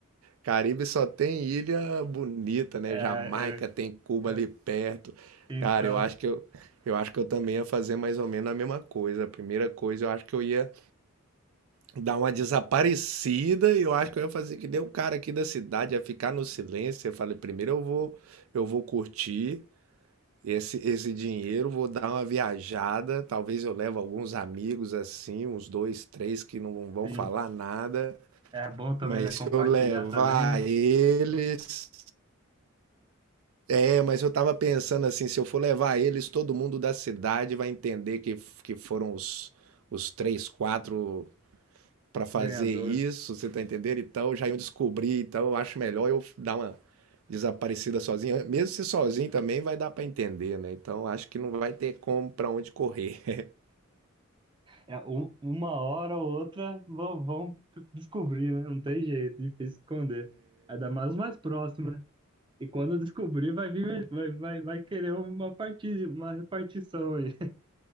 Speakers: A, on the right; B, on the right.
A: Caribe só tem ilha bonita, né?
B: É,
A: Jamaica
B: eu,
A: tem Cuba
B: eu-
A: ali perto.
B: então,
A: Cara, eu acho que eu, eu acho que eu também ia fazer mais ou menos a mesma coisa. A primeira coisa, eu acho que eu ia Dar uma desaparecida, e eu acho que eu ia fazer que nem o cara aqui da cidade, ia ficar no silêncio. Eu falei, primeiro eu vou, eu vou curtir esse, esse dinheiro, vou dar uma viajada. Talvez eu leve alguns amigos assim, uns dois, três que não vão
B: sim.
A: falar nada.
B: É bom também,
A: Mas
B: né? Compartilhar
A: se eu levar
B: também, né?
A: eles. É, mas eu tava pensando assim, se eu for levar eles, todo mundo da cidade vai entender que, que foram os, os três, quatro para fazer
B: Ganhador.
A: isso, você tá entendendo? Então já iam descobrir, então eu acho melhor eu dar uma desaparecida sozinha. Mesmo se sozinho também vai dar para entender, né? Então acho que não vai ter como para onde correr. <laughs>
B: É, um- uma hora ou outra vão, vão descobrir, né? Não tem jeito, difícil esconder. Ainda mais o mais próximo, né? E quando descobrir, vai vir, vai, vai, vai querer uma parti, uma repartição aí. <laughs>